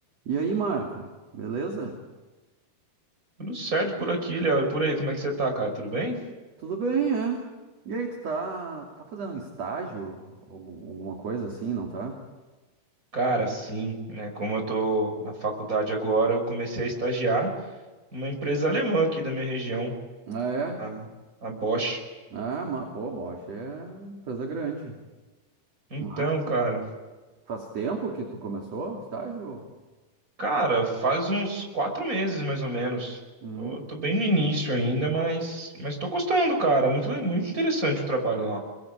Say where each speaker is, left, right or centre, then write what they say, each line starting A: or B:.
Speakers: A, on the right; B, on the right.
A: E aí, Marco, beleza?
B: Tudo certo por aqui, Léo. E por aí, como é que você tá, cara? Tudo bem?
A: Tudo bem, é? E aí, tu tá, tá fazendo um estágio? Algum- Alguma coisa assim, não tá?
B: Cara, sim, né? Como eu tô na faculdade agora, eu comecei a estagiar numa empresa alemã aqui da minha região,
A: Ah, é?
B: a, a Bosch.
A: Ah, mas, pô, Bosch é empresa grande.
B: Então,
A: Mas
B: cara,
A: faz tempo que tu começou o estágio?
B: cara, faz uns quatro meses mais ou menos.
A: Hum.
B: Tô, tô bem no início ainda, mas, mas tô gostando, cara. Muito, muito interessante o trabalho lá.